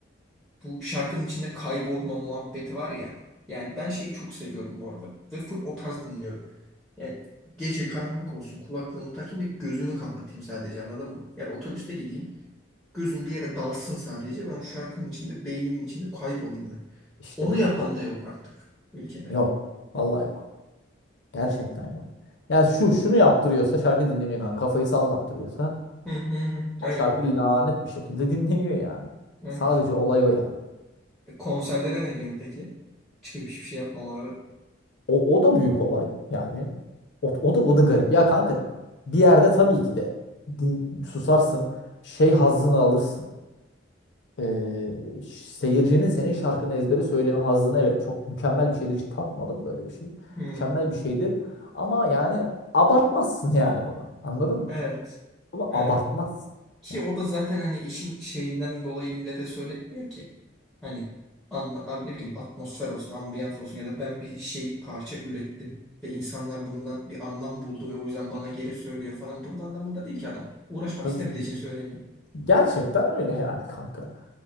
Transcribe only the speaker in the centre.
bu şarkının içinde kaybolma muhabbeti var ya. Yani ben şeyi çok seviyorum bu arada ve full o tarz dinliyorum. Yani gece karanlık olsun kulaklığımı takayım ve gözümü kapatayım sadece anladın mı? Ya da otobüste gideyim gözüm bir yere dalsın sadece ben o şarkının içinde beynimin içinde kaybolayım ben.
Onu
yapan
da yok artık ülkede.
Hı hı hı. Aynen.
Evet.
E, konserlere ne diyorsun peki? Çıkıp hiçbir şey yapmamaları.
Hı.
Evet.
Evet.
Ki
o da zaten hani işin şeyinden dolayı millete söyletmiyor ki. Hani anla, abi ne bileyim atmosfer olsun, ambiyans olsun ya da ben bir şey parça ürettim ve insanlar bundan bir anlam buldu ve o yüzden bana geri söylüyor falan. Bunun anlamında değil ki adam. Uğraşmak
istemediği
için söylemiyor.